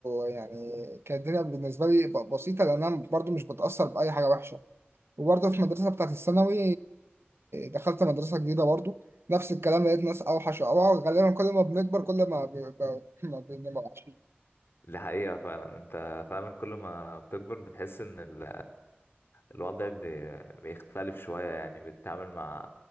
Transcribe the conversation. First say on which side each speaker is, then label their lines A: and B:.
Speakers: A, on the right; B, on the left.
A: يعني كانت الدنيا بالنسبة لي ب- بسيطة لأن أنا برضو مش بتأثر بأي حاجة وحشة وبرضو في المدرسة بتاعت الثانوي دخلت مدرسة جديدة برضو نفس الكلام لقيت ناس أوحش وأوعى غالبا كل ما بنكبر كل ما ب... ب... <laughs> ما بنبقى وحشين
B: دي حقيقه فعلا انت فعلا كل ما بتكبر بتحس ان ال الوضع بي- بيختلف شويه يعني بتتعامل مع